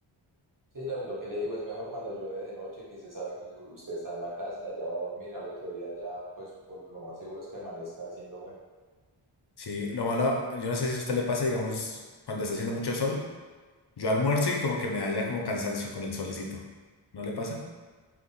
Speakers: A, on the right; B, on the left.
A: Sí, lo, lo que le digo es mejor cuando llueve de noche, que se sabe que u- usted está en la casa, ya va a dormir, al otro día ya, pues por lo más seguro es que amanezca haciendo bueno.
B: Sí, lo malo, yo no sé si a usted le pasa, digamos, cuando está haciendo mucho sol, yo almuerzo y como que me da ya como cansancio con el solecito. ¿No le pasa?